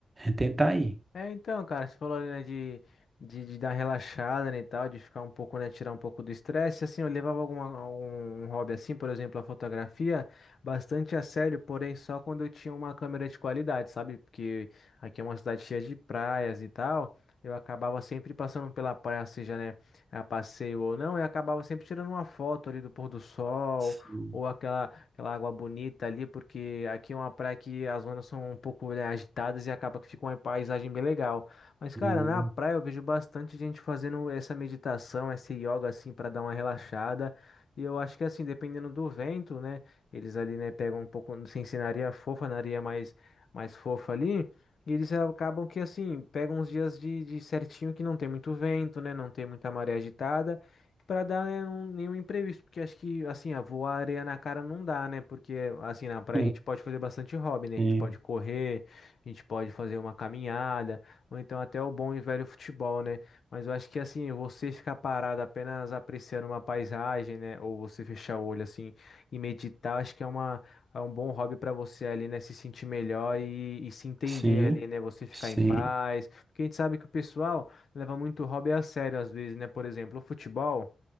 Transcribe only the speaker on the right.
tentar aí.
Sim.
Hum.
<laughs>
Sim,
sim,
sim.